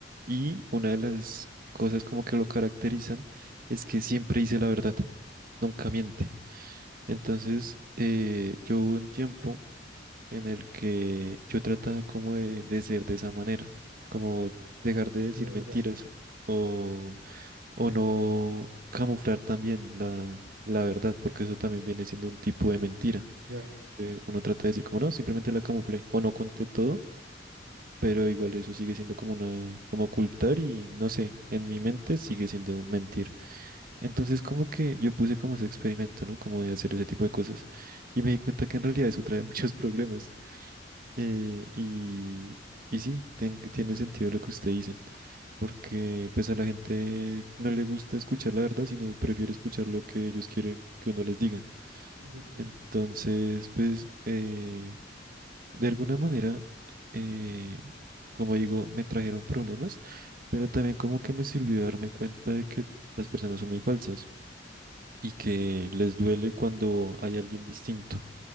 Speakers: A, on the right; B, on the right.
A: Y una de las cosas como que lo caracterizan es que siempre dice la verdad, nunca miente. Entonces, eh, yo hubo un tiempo en el que yo trataba como de, de ser de esa manera, como dejar de decir
B: la verdad,
A: mentiras o, o no camuflar también la, la verdad, porque eso también viene siendo un tipo de mentira.
B: claro,
A: Eh, uno trata de decir como no, simplemente la camuflé o no conté todo, pero igual eso sigue siendo como una, como ocultar y no sé, en mi mente sigue siendo mentir. Entonces como que yo puse como ese experimento, ¿no? Como de hacer ese tipo de cosas y me di cuenta que en realidad eso trae <laughs> muchos problemas. Eh, y, y sí, ten- tiene sentido lo que usted dice, porque pues a la gente no le gusta escuchar la verdad, sino prefiere escuchar lo que ellos quieren que uno les diga.
B: exacto.
A: Entonces, pues, eh, de alguna manera, eh, como digo, me trajeron problemas, pero también como que me sirvió darme cuenta de que las personas son muy falsas y que les duele cuando hay alguien distinto